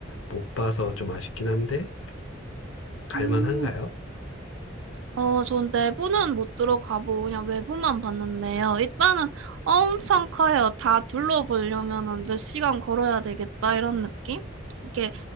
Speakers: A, on the left; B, on the right.
A: 못 봐서 좀 아쉽긴 한데 갈만한가요?
B: 음, 어, 전 내부는 못 들어가보고 그냥 외부만 봤는데요. 일단은 엄청 커요. 다 둘러보려면은 몇 시간 걸어야 되겠다 이런 느낌? 이게